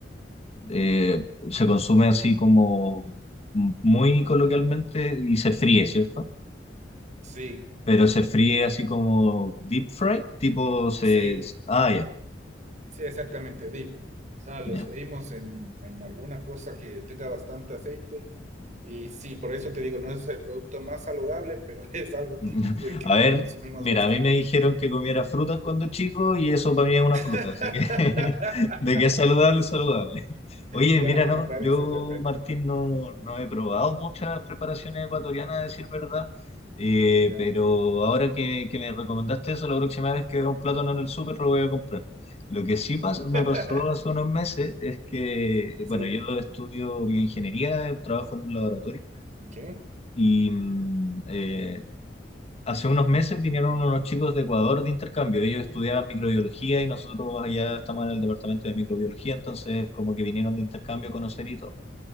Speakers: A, on the left (about 35°); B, on the right (about 40°).
A: eh, se consume así como muy coloquialmente y se fríe, ¿cierto?
B: Sí,
A: Pero se fríe así como deep fry, tipo se.
B: sí.
A: Ah, ya,
B: Sí, exactamente, dip. O sea, los
A: ya.
B: freímos en, en alguna cosa que tenga bastante aceite. Y sí, por eso te digo, no es el producto más saludable, pero <laughs> es algo
A: <laughs>
B: típico y que
A: A
B: consumimos
A: ver, mira,
B: bastante.
A: a mí me dijeron que comiera frutas cuando chico y eso para mí es una
B: <laughs>
A: fruta, así que <laughs> de que es saludable, es saludable. Oye,
B: Ya,
A: mira, no,
B: me parece
A: yo,
B: perfecto.
A: Martín, no, no he probado muchas preparaciones ecuatorianas, a decir verdad, eh,
B: Ya.
A: pero ahora que, que me recomendaste eso, la próxima vez que vea un plátano en el súper lo voy a comprar. Lo que sí pas- me
B: <laughs>
A: pasó hace unos meses es que,
B: Sí.
A: bueno, yo estudio bioingeniería, trabajo en un laboratorio.
B: ¿Qué?
A: Y mm, eh, Hace unos meses vinieron unos chicos de Ecuador de intercambio. Ellos estudiaban microbiología y nosotros allá estamos en el departamento de microbiología, entonces como que vinieron de intercambio a conocer y todo.